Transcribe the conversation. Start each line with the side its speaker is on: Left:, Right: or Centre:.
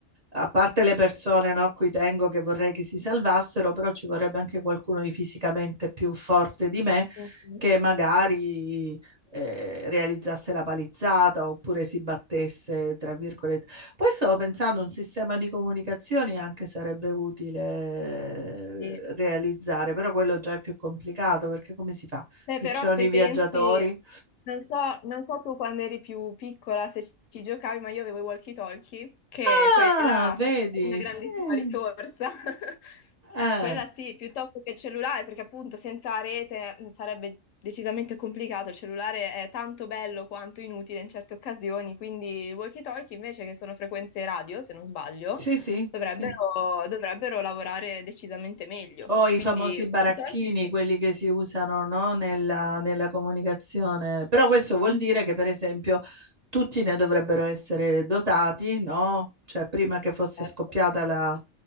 Right: a parte le persone no, a cui tengo che vorrei che si salvassero, però ci vorrebbe anche qualcuno di fisicamente più forte di me
Left: Mhm.
Right: che magari eh, realizzasse la palizzata oppure si battesse, tra virgolette. Poi stavo pensando un sistema di comunicazioni anche sarebbe utile
Left: sì.
Right: eh, realizzare, però quello già è più complicato perché come si fa?
Left: Beh,
Right: Piccioni
Left: però se
Right: viaggiatori.
Left: pensi, non so, non so tu quando eri più piccola se ci ci giocavi, ma io avevo i walkie-talkie, che
Right: Ah,
Left: quella sarebbe
Right: vedi,
Left: una grandissima
Right: sì.
Left: risorsa. <laughs>
Right: Eh,
Left: Quella sì, piuttosto che il cellulare, perché appunto senza rete mh, sarebbe decisamente complicato. Il cellulare è tanto bello quanto inutile in certe occasioni, quindi i walkie-talkie invece che sono frequenze radio, se non sbaglio,
Right: sì, sì,
Left: dovrebbero,
Right: sì.
Left: dovrebbero lavorare decisamente meglio.
Right: O i
Left: Quindi,
Right: famosi baracchini,
Left: walkie-talkie sì.
Right: quelli che si usano, no, nella, nella comunicazione. Però questo vuol
Left: Mhm.
Right: dire che, per esempio, tutti ne dovrebbero essere dotati, no? Cioè, prima che fosse
Left: Certo.
Right: scoppiata la-